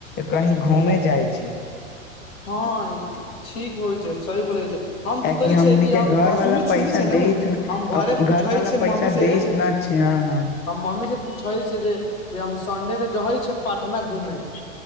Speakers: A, on the left; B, on the left.
A: कहीं घूमे जाइ छय
B: हँ ठीक होइ छै सह बोलइ छय हम
A: कियाकि
B: सोचै
A: हमनी
B: छियै कि
A: के
B: हम
A: घर वाला
B: सु
A: पैसा
B: सुनि छै ने
A: देत
B: हम घरे
A: घर
B: पुछइ
A: वाला
B: छै
A: पैसा
B: मम्मी से
A: देस न हँ हँ
B: हम मम्मी से पूछै छै जे जे हम सडे के जै छ पटना घूमे